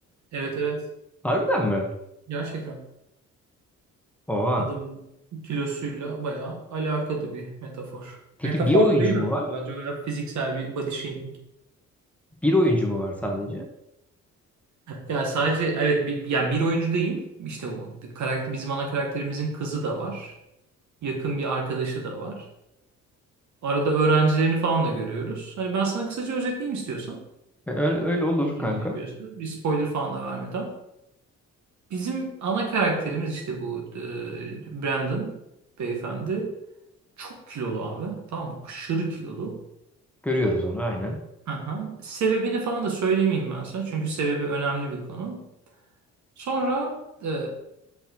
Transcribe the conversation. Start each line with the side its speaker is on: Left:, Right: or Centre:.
Right: Evet evet.
Centre: harbiden mi?
Right: Gerçekten.
Centre: Oha.
Right: Adamın kilosuyla bayağı alakalı bir metafor.
Centre: Peki
Right: Metafor
Centre: bir oyuncu
Right: da değil
Centre: mu
Right: hatta
Centre: var?
Right: bence bayağı fiziksel bir body shaming.
Centre: Bir oyuncu mu var sadece?
Right: Yani sadece evet bir, yani bir oyuncu değil. İşte o karakter bizim ana karakterimizin kızı da var. Yakın bir arkadaşı da var. Arada öğrencilerini falan da görüyoruz. Hani ben sana kısaca özetleyeyim istiyorsan.
Centre: E, Öyle, öyle olur
Right: İlgini
Centre: kanka.
Right: çekiyorsa. Bir spoiler falan da vermeden. Bizim ana karakterimiz işte bu e, Brandon beyefendi. Çok kilolu abi. Tamam mı? Aşırı kilolu.
Centre: Görüyoruz onu aynen.
Right: Hı hı. Sebebini falan da söylemeyeyim ben sana. Çünkü sebebi önemli bir konu. Sonra e,